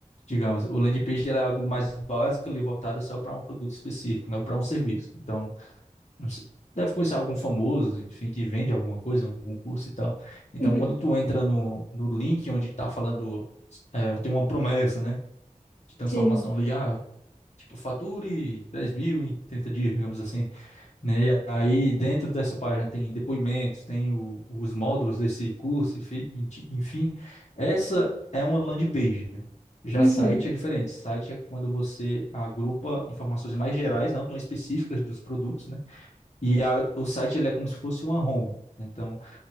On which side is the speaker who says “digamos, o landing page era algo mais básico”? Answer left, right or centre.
Left